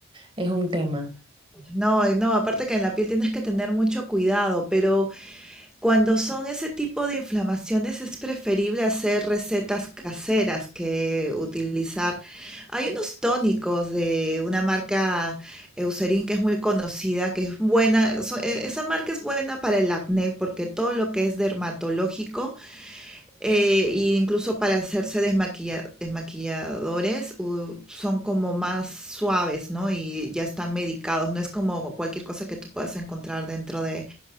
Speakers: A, on the right; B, in the centre.
A: es un tema.
B: No, eh, no, aparte que en la piel tienes que tener mucho cuidado, pero cuando son ese tipo de inflamaciones es preferible hacer recetas caseras que utilizar. Hay unos tónicos de una marca Eucerin que es muy conocida, que es buena, so- e- esa marca es buena para el acné porque todo lo que es dermatológico Eh, e incluso para hacerse desmaquilla- desmaquilladores, u- son como más suaves, ¿no? Y ya están medicados. No es como cualquier cosa que tú puedas encontrar dentro de,